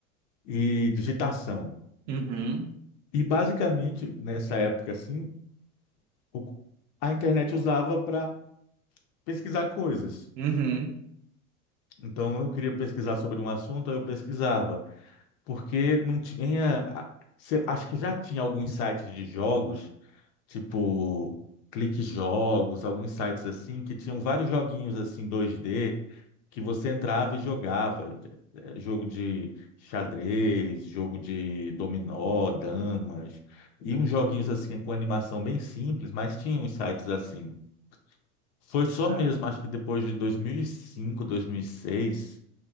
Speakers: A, on the left (about 40°); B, on the right (about 40°).
A: e digitação.
B: Uhum,
A: E basicamente nessa época assim, o- a internet usava para pesquisar coisas.
B: uhum.
A: Então eu queria pesquisar sobre um assunto, aí eu pesquisava, porque não tinha, a- se- acho que já tinha alguns sites de jogos tipo Clique Jogos, alguns sites assim que tinham vários joguinhos assim 2D que você entrava e jogava, Eh, jogo de xadrez, jogo de dominó, damas, e uns joguinhos assim com animação bem simples, mas tinha uns sites assim. Foi só
B: Ah,
A: mesmo, acho que depois de 2005, 2006,